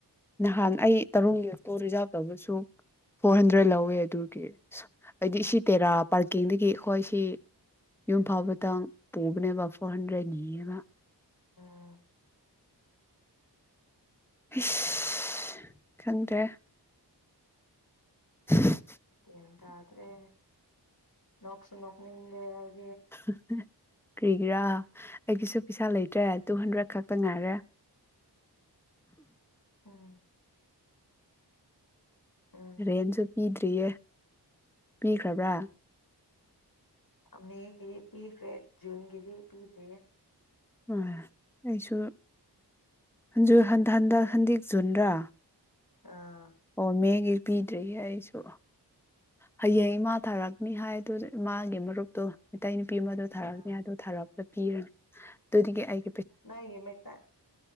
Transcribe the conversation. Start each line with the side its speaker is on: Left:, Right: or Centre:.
Centre: ꯅꯍꯥꯟ ꯑꯩ ꯇꯔꯨꯛꯒꯤ ꯑꯇꯣ ꯔꯤꯖꯥꯕ ꯇꯧꯕꯁꯨ ꯐꯣꯔ ꯍꯟꯗ꯭ꯔꯦꯠ ꯂꯧꯋꯦ ꯑꯗꯨꯒꯤ ꯁꯨ ꯍꯥꯏꯗꯤ
Left: ꯎꯝ
Centre: ꯁꯤ ꯇꯦꯔꯥ ꯄꯥꯔ ꯀꯤꯡꯗꯒꯤ ꯑꯈꯣꯏꯁꯤ ꯌꯨꯝ ꯐꯥꯎꯕꯗ
Left: ꯎꯝ
Centre: ꯇꯪ ꯄꯨ ꯕꯅꯦꯕ ꯐꯣꯔ ꯍꯟꯗ꯭ꯔꯦꯠ ꯅꯤꯌꯦꯕ
Left: ꯎꯝ
Centre: ꯏꯁ ꯈꯪꯗ꯭ꯔꯦ <inaudible>
Left: ꯒ꯭ꯌꯥꯟ ꯇꯥꯗ꯭ꯔꯦ ꯅꯣꯛꯁꯨ ꯅꫭꯛꯅꯤꯡꯉꯦ ꯑꯩ
Centre: <inaudible> ꯀ꯭ꯔꯤꯒꯤꯔꯥ ꯑꯩꯒꯤꯁꯨ ꯄꯩꯁꯥ ꯂꯩꯇ꯭ꯔꯦ ꯇꯨ ꯍꯟꯗ꯭ꯔꯦꯠ ꯈꯛꯇ ꯉꯥꯏꯔꯦ
Left: ꯎꯝ ꯎꯝ
Centre: ꯔꯦꯟꯁꯨ ꯄꯤ ꯗꯤꯌꯦ ꯄꯤꯈ꯭ꯔꯕ꯭ꯔꯥ
Left: ꯑ ꯃꯦꯒꯤꯗꯤ ꯄꯤꯈ꯭ꯔꯦ ꯖꯨꯟ ꯒꯤꯗꯤ ꯄꯤꯗ꯭ꯔꯤꯌꯦ
Centre: ꯑ ꯑꯩꯁꯨ ꯖꯨ ꯍꯟꯗ ꯍꯟꯗꯦꯛ ꯖꯨꯟꯔꯥ
Left: ꯑꯥ
Centre: ꯑꯣ ꯃꯦꯒꯤ ꯄꯤꯗ꯭ꯔꯤꯌꯦ ꯑꯩꯁꯨ ꯍꯌꯦꯡ ꯏꯃꯥ ꯊꯥꯔꯛꯅꯤ ꯍꯥꯏꯗꯨꯗ ꯏꯃꯥꯒꯤ ꯃꯔꯨꯞꯇꯣ ꯑꯇꯩ ꯅꯨꯄꯤ ꯑꯃꯗꯣ ꯊꯥꯔꯛꯅꯤ
Left: ꯑꯥ
Centre: ꯑꯗꫭ ꯊꯥꯔꯛ ꯄꯤꯔꯅꯤ ꯑꯗꯨꯗꯒꯤ ꯑꯩ
Left: ꯅꯪꯒꯤ ꯃꯩꯇ